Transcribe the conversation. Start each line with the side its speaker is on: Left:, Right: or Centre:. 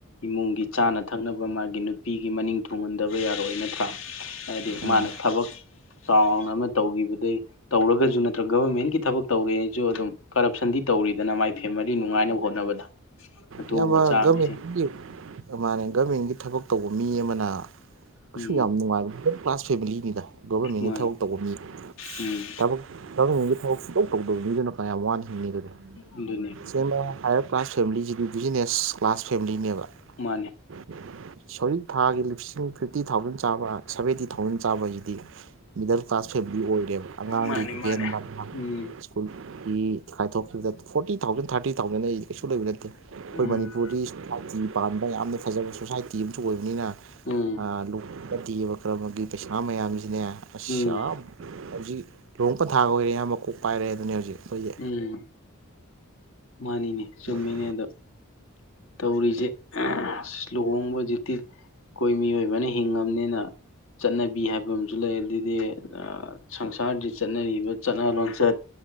Left: ꯏꯃꯨꯡꯒꯤ ꯆꯥꯅ ꯊꯛꯅꯕ ꯃꯥꯒꯤ ꯅꯨꯄꯤꯒꯤ ꯃꯅꯤꯡ ꯊꯨꯡꯍꯟꯗꯕ ꯌꯥꯔꯣꯢ ꯅꯠꯇ꯭ꯔꯥ ꯍꯥꯢꯗꯤ
Right: ꯎꯝ
Left: ꯃꯥꯅ ꯊꯕꯛ ꯆꯥꯎꯅ ꯑꯃ ꯇꯧꯒꯤꯕꯗꯩ ꯇꯧꯔꯒꯖꯨ ꯅꯠꯇ꯭ꯔꯒ ꯒꯕꯔꯃꯦꯟꯒꯤ ꯊꯕꯛ ꯇꯧꯔꯦꯅꯖꯨ ꯑꯗꯨꯝ ꯀꯔꯞꯁꯟꯗꯤ ꯇꯧꯔꯤꯗꯅ ꯃꯥꯢ ꯐꯦꯃꯤꯂꯤ ꯅꯨꯡꯉꯥꯢꯅꯕ ꯍꯣꯠꯅꯕꯗ ꯑꯗꯨ
Right: ꯏꯌꯥꯕ
Left: ꯃꯆꯥꯉꯩꯁꯦ
Right: ꯒꯔꯝꯦꯟꯒꯤ ꯃꯥꯅꯦ ꯒꯔꯃꯦꯟꯒꯤ ꯊꯕꯛ ꯇꯧꯕ ꯃꯤ ꯑꯃꯅ ꯀꯩꯁꯨ
Left: ꯎꯝ
Right: ꯌꯥꯝ ꯅꯨꯡꯉꯥꯢꯕ ꯀ꯭ꯂꯥꯁ ꯐꯦꯃꯤꯂꯤꯅꯤꯗ ꯒꯣꯕꯔꯃꯦꯟꯒꯤ
Left: ꯃꯥꯅꯦ
Right: ꯊꯕꯛ ꯇꯧꯕ ꯃꯤ
Left: ꯎꯝ
Right: ꯊꯕꯛ ꯒꯣꯕꯔꯃꯦꯟꯒꯤ ꯊꯕꯛ ꯁꯨꯡꯇꯧ ꯇꯧꯗꯕ ꯃꯤꯗꯨꯅ ꯀꯌꯥꯝ ꯋꯥꯅ ꯍꯤꯡꯉꯤꯗꯒꯦ
Left: ꯑꯗꯨꯅꯤ
Right: ꯁꯦꯝꯕ ꯍꯥꯢꯑꯛ ꯀ꯭ꯂꯥꯁ ꯐꯦꯃꯤꯂꯤꯖꯤꯗꯤ ꯕꯤꯖꯤꯅꯦꯁ ꯀ꯭ꯂꯥꯁ ꯐꯦꯃꯤꯂꯤꯅꯦꯕ
Left: ꯃꯥꯅꯦ
Right: <unintelligible> ꯁꯧꯔꯤꯛ ꯊꯥꯒꯤ ꯂꯤꯁꯤꯡ ꯐꯤꯐꯇꯤ ꯊꯥꯎꯖꯟ ꯆꯥꯕ ꯁꯚꯦꯟꯇꯤ ꯊꯥꯎꯖꯟ ꯆꯥꯕ ꯌꯨꯗꯤ ꯃꯤꯗꯜ ꯀ꯭ꯂꯥꯁ ꯐꯦꯝꯂꯤ ꯑꯣꯢꯒꯦꯕ ꯑꯉꯥꯡꯒꯤ
Left: ꯃꯥꯅꯦ ꯃꯥꯅꯦ
Right: ꯒꯦꯟ ꯃꯥꯛ ꯃꯥꯛ
Left: ꯎꯝ
Right: ꯁ꯭ꯀꯨꯜꯒꯤ ꯀꯥꯏꯊꯣꯛꯈꯤꯕꯗ ꯐꯣꯔꯇꯤ ꯊꯥꯎꯖꯟ ꯊꯥꯔꯇꯤ ꯊꯥꯎꯖꯟ ꯑꯩꯗꯤ ꯀꯩꯁꯨ ꯂꯩꯕ ꯅꯠꯇꯦ ꯑꯩꯈꯣꯏꯕꯅꯤꯄꯨꯔ
Left: ꯎꯝ
Right: ꯒꯤꯁꯨꯁꯥꯏꯇꯤ ꯄꯥꯟꯕ ꯌꯥꯝꯅ ꯐꯖꯕ ꯁꯣꯁꯥꯢꯇꯤ ꯑꯃꯁꯨ ꯑꯣꯢꯕꯅꯤꯅ
Left: ꯎꯝ
Right: ꯑ ꯂꯨꯇ ꯗꯦꯕ ꯀꯔꯃꯒꯤ ꯄꯩꯁꯥ ꯃꯌꯥꯝꯖꯤꯅꯦ ꯑꯁ
Left: ꯎꯝ
Right: ꯌꯥꯝ ꯍꯧꯖꯤꯛ ꯂꯨꯍꯣꯡ ꯄꯟꯊꯥ ꯑꯣꯢꯔꯦ ꯏꯌꯥꯝꯕ ꯀꯣꯛ ꯄꯥꯢꯔꯦꯗꯨꯅꯤ ꯍꯧꯖꯤꯛ ꯈꯣꯢꯒꯤ
Left: ꯎꯝ ꯃꯥꯅꯤꯅꯦ
Right: ꯑꯩꯈꯣꯏꯁꯦ
Left: ꯆꯨꯝꯃꯤꯅꯦ ꯑꯗꯣ ꯍꯧꯖꯤꯛꯁꯦ ꯂꯨꯍꯣꯡꯕ ꯍꯧꯖꯤꯛꯇꯤ ꯈꯣꯢ ꯃꯤꯑꯣꯢꯕꯅ ꯍꯤꯡꯉꯝꯅꯤꯅ ꯆꯠꯅꯕꯤ ꯍꯥꯢꯕ ꯑꯃꯖꯨ ꯂꯩ ꯑꯗꯨꯢꯗꯤ ꯁꯪꯁꯥꯔꯗꯤ ꯆꯠꯅꯔꯤꯕ ꯆꯠꯅ ꯂꯣꯟꯆꯠ